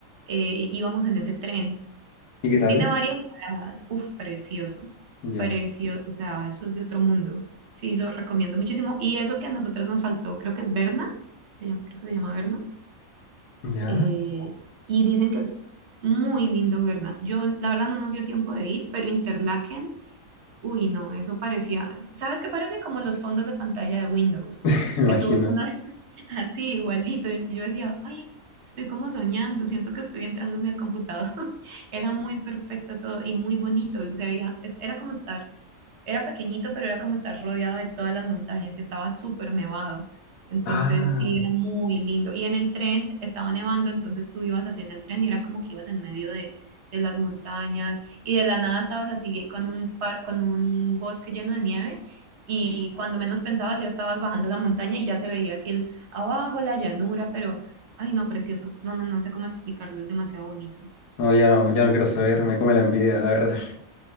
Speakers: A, on the right; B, on the left.
A: eh, íbamos en ese tren.
B: ¿Y qué tal?
A: Tiene varias paradas. Uf, precioso.
B: Ya,
A: Precioso. O sea, eso es de otro mundo. Sí, lo recomiendo muchísimo. Y eso que a nosotras nos faltó, creo que es Berna. se llama- Creo que se llama Berna.
B: ya,
A: eh, y dicen que es muy lindo Berna. Yo, la verdad, no nos dio tiempo de ir, pero Interlaken, uy, no, eso parecía. ¿Sabes qué parece? Como los fondos de pantalla de Windows.
B: <laughs> me imagino.
A: Que tú ves una, <laughs> Así, igualito. Yo decía, ay, estoy como soñando, siento que estoy entrándome al computador. <laughs> Era muy perfecto todo y muy bonito. Se veía, es- era como estar era pequeñito, pero era como estar rodeado de todas las montañas y estaba súper nevado. Entonces
B: Ah,
A: sí, era muy lindo. Y en el tren estaba nevando, entonces tú ibas así en el tren y era como que ibas en medio de, de las montañas y de la nada estabas así con un, par, con un bosque lleno de nieve y cuando menos pensabas ya estabas bajando la montaña y ya se veía así el abajo, la llanura, pero, ay no, precioso. No, no, no sé cómo explicarlo, es demasiado bonito.
B: no, ya no, ya no quiero saber, me come la envidia, la verdad. <laughs>